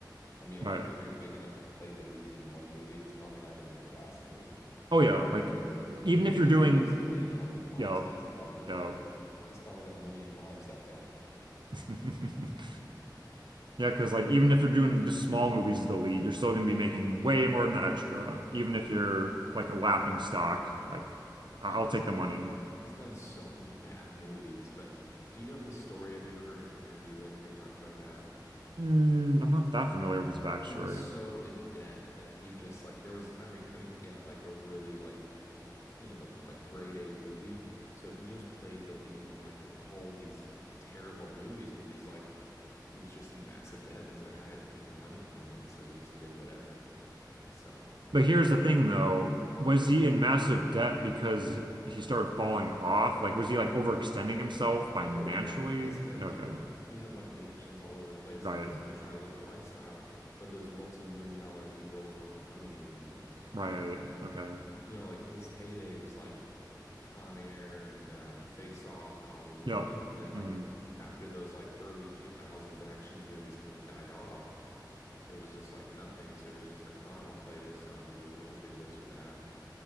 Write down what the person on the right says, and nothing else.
Right?
oh yeah, like e- even
if
you're
doing
yeah,
yeah,
<laughs> yeah, because like even if you're doing the small movies as the lead, you're still gonna be making way more than the extra. Even if you're like a laughing stock, like I-
I'll take
the money.
Mm, I'm not that familiar with his backstory.
But here's the thing, though. Was he in massive debt because he started falling off? Like, was he like overextending himself financially?
Okay.
Right.
Right. Okay.
Yep.
hmm